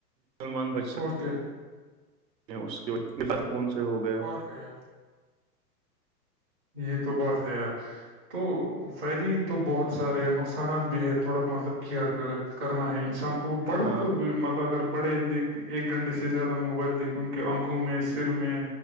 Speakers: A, on the right (about 80°); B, on the right (about 15°).
A: ان بچتا
B: اور کیا
A: کیا اس کے فون سے ہو گیا
B: اور کیا یار یہ تو بات ہے یار تو فائدے ہی تو بہت سارے ہیں نقصانات بھی ہے تھوڑا مطلب کئر کر کرنا ہیں انسان وہ بڑ
A: ہاں
B: کو بھی مطلب اگر بڑے دیکھ ایک گھنٹے سے زیادہ موبائل دیکھیں ان کے آنکھوں میں سر میں